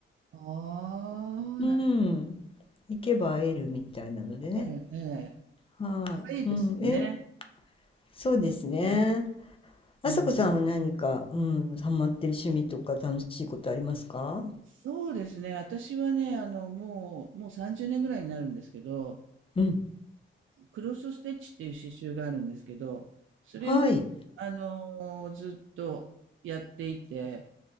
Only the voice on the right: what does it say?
ああ、
なる
ええ、ええ。
かいいですよね。
ね。
うん。
そうですね。私はね、あの、もう、もう30年ぐらいになるんですけど、
クロスステッチっていう刺繍があるんですけど、それを、
あのーずっとやっていて、